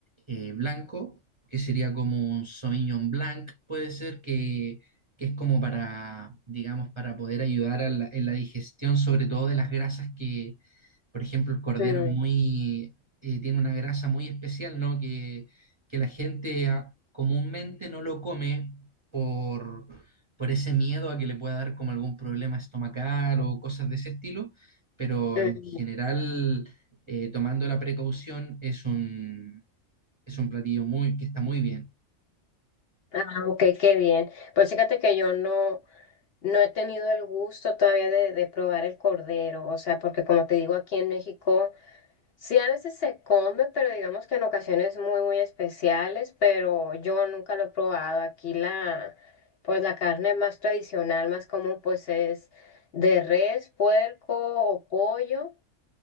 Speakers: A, on the right; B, on the left.
A: eh, blanco, que sería como un Sauvignon Blanc, puede ser que, que es como para, digamos, para poder ayudar a la- en la digestión, sobre todo de las grasas que, por ejemplo, el cordero
B: Mm,
A: es muy, eh, tiene una grasa muy especial, ¿no? Que, que la gente ah, comúnmente no lo come por, por ese miedo a que le pueda dar como algún problema estomacal o cosas de ese estilo pero
B: mm.
A: en general, eh, tomando la precaución, es un, es un platillo muy, que está muy bien.
B: Ah, ok, qué bien. Pues fíjate que yo no, no he tenido el gusto todavía de, de probar el cordero, o sea, porque como te digo, aquí en México Sí, a veces se come, pero digamos que en ocasiones muy, muy especiales, pero yo nunca lo he probado. Aquí la, pues la carne más tradicional, más común, pues es de res, puerco o pollo.